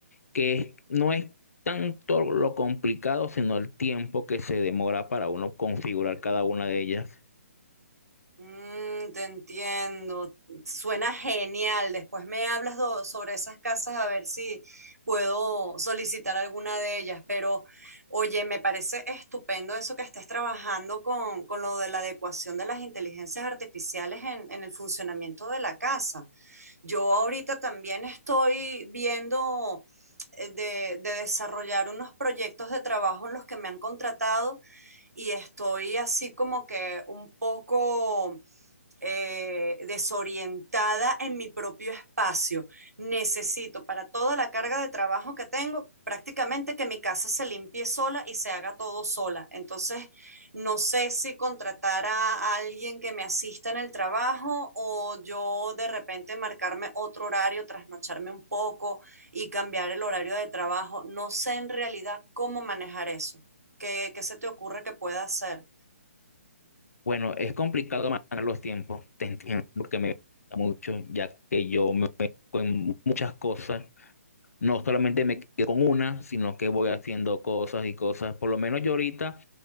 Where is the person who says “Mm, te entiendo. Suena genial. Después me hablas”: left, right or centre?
Right